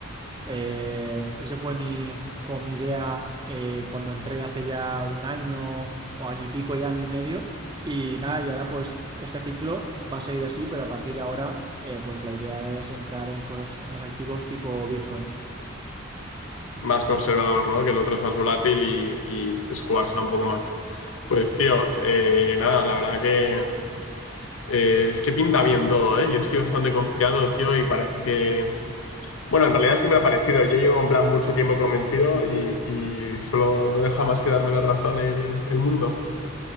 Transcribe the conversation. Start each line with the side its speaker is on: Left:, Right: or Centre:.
Right: eh, esa fue mi, como mi idea eh, cuando entré hace ya un año o año y pico, ya año y medio. Y nada, y ahora pues este ciclo va a seguir así, pero a partir de ahora eh, pues la idea es entrar en cosas más activos tipo Bitcoin.
Left: Más conservador, ¿no? Que el otro es más volátil y, y es jugársela un poco más. Pues, tío, eh, nada, la verdad que eh, es que pinta bien todo, ¿eh? Yo estoy bastante confiado, tío, y parece que, Bueno, en realidad siempre ha parecido. Yo llevo en plan mucho tiempo convencido y, y solo no deja más que darme la razón el, el mundo.